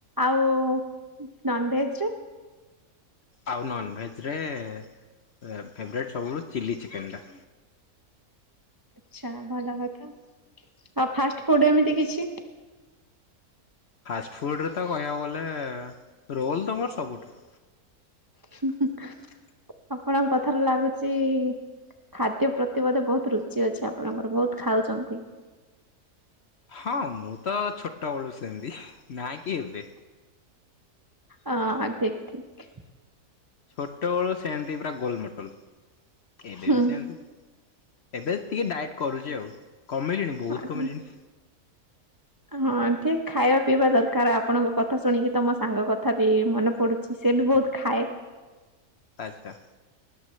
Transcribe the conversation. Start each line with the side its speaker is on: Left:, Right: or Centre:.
Right: ଆଉ ନନ୍ ଭେଜରେ?
Left: ଆଉ ନନ୍ ଭେଜରେ ଫେବରାଇଟ୍ ସବୁରୁ ଚିଲ୍ଲି ଚିକେନ୍ ଟା।
Right: ଆଚ୍ଛା ଭଲ କଥା ଆଉ ଫାଷ୍ଟ ଫୁଡ ଏମିତି କିଛି
Left: ଫାଷ୍ଟଫୁଡ଼ରେ ତ କହିବାକୁ ଗଲେ ରୋଲ୍ ତ ମୋର ସବୁଠୁ
Right: ହୁଁ ହୁଁ ଆପଣଙ୍କ କଥାରୁ ଲାଗୁଚି ଖାଦ୍ୟ ପ୍ରତି ବୋଧେ ବହୁତ ରୁଚି ଅଛି ଆପଣଙ୍କର ବହୁତ ଖାଉଚନ୍ତି।
Left: ହଁ ମୁଁ ତ ଛୋଟବେଳୁ ସେମତି ନାଁ କି ଏବେ
Right: ହଁ ଠିକ୍ ଠିକ୍।
Left: ଛୋଟବେଳୁ ସେମତି ପୁରା ଗୋଲ ମୋଟଲ ଏବେ
Right: ହୁଁ
Left: ବି ସେମତି। ଏବେ ଟିକେ ଡାଏଟ୍ କରୁଚି ଆଉ କମେଇଲିଣି ବହୁତ
Right: ହଁ
Left: କମେଇଲିଣି।
Right: ହଁ ଠିକ ଖାଇବା ପିଇବା ଦରକାର ଆପଣଙ୍କ କଥା ଶୁଣିକି ତମ ସାଙ୍ଗ କଥା ବି ମନେ ପଡୁ ସେ ବି ବହୁତ ଖାଏ।
Left: ଆଚ୍ଛା।